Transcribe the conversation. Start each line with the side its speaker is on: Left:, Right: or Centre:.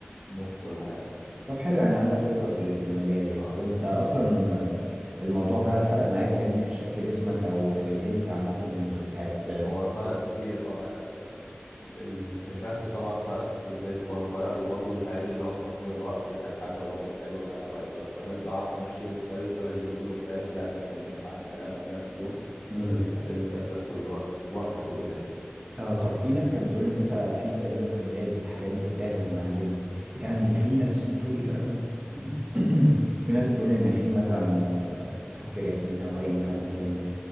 Left: ونص ولا حاجة
Right: طب حلو يعني عندك خبرة في ال- في المجال يعني
Left: اه
Right: طب انت اصلا آه، الموضوع ده فرق معاك يعني في شكل جسمك او في الهيلث عامة بتاعت
Left: هو فرق كتير اه يعني مثلا ال- كشكل طبعا فرق والهيلث برضه فرق وبرضه بيساعدني اللي هو في تنظيم الوقت ده كان حاجة برضه حلوة اللي أنا بقيت ب- ب- بعرف أمشي يومي كويس بدل اليوم كله مسايح لما يكون مثلا عندي حاجات بعملها في اليوم
Right: امم
Left: فده بيساعد إن أنت ترتب الوقت وقتك وكده يعني.
Right: اه طب في ناس كانت بتقول ان انت في تقريبا مكملات بت- حاجات بتتاخد مع الجيم يعني في ناس بتقول <clears throat> <coughs> في ناس بتقول ان في مثلا آه، تاخد كرياتين او اي مكمل تاني